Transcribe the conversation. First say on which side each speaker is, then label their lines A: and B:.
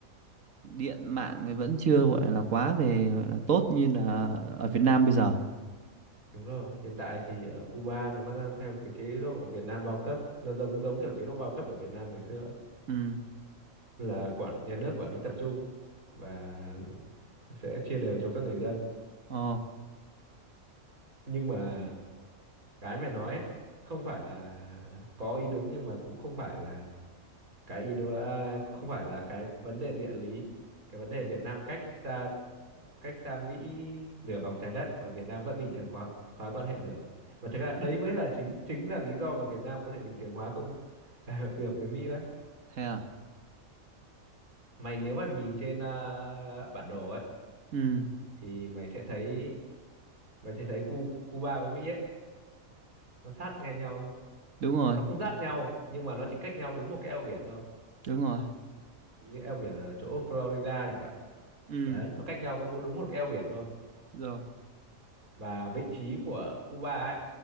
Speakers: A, on the right; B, on the right.
A: điện mạng thì vẫn chưa gọi là quá về gọi là tốt như là ở Việt Nam bây giờ
B: Đúng rồi, hiện tại thì ở Cuba nó vẫn đang theo cái chế độ Việt Nam bao cấp, nó giống giống kiểu chế độ bao cấp ở Việt Nam ngày xưa ấy.
A: ừ
B: Là quản nhà nước quản lý tập trung và sẽ chia đều cho các người dân.
A: ồ
B: Nhưng mà cái mày nói ấy, không phải là có ý đúng nhưng mà cũng không phải là cái ý đồ à, không phải là cái vấn đề địa lý cái vấn đề Việt Nam cách xa cách xa Mỹ nửa vòng trái đất mà Việt Nam vẫn bình thường hóa, hóa quan hệ được mà thực ra đấy mới là chính chính là lý do mà Việt Nam có thể bình thường hóa công <laughs> được với Mỹ đấy
A: thế à
B: mày nếu mà nhìn trên à, bản đồ ấy
A: ừ
B: thì mày sẽ thấy mày sẽ thấy Cu, Cuba với Mỹ ấy nó sát ngay nhau luôn
A: đúng rồi
B: nó không giáp nhau nhưng mà nó chỉ cách nhau đúng một cái eo biển thôi
A: đúng rồi
B: như eo biển ở chỗ Florida thì phải
A: ừ
B: đấy nó cách nhau có mỗi đúng một cái eo biển thôi
A: rồi
B: và vị trí của Cuba ấy